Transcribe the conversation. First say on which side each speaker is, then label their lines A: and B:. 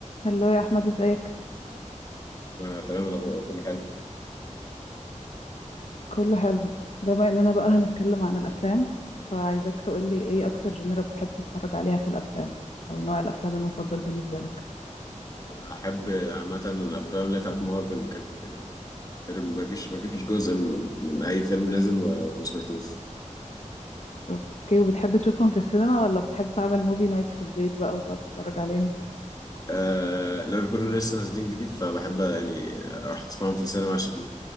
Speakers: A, on the left (about 60°); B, on the left (about 30°).
A: هلو يا احمد ازيك
B: آه، تمام الأخبار كله حلو
A: كله حلو بما اننا بقى هنتكلم عن الافلام فعايزاك تقولي ايه اكتر جنرا بتحب تتفرج عليها في الافلام او نوع الافلام المفضل بالنسبه لك
B: بحب عامة الأفلام اللي بتاعت مارفل وكده يعني تقريبا مفيش مفيش جزء من, من أي فيلم نازل و- وما سمعتوش
A: اوكي وبتحب تشوفهم في السينما ولا بتحب تعمل موفي نايت في البيت بقى وتقعد تتفرج عليهم
B: آه لما بيكونوا لسه نازلين جديد فبحب يعني أروح أسمعهم في السينما عشان